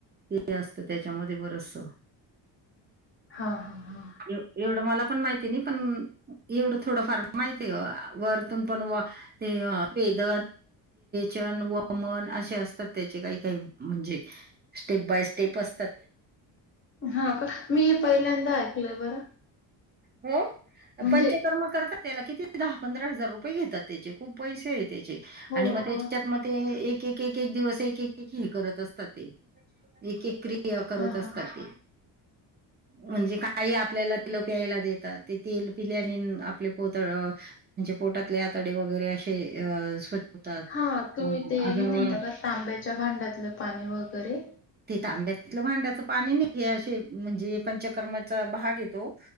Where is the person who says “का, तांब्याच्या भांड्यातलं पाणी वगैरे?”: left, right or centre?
Left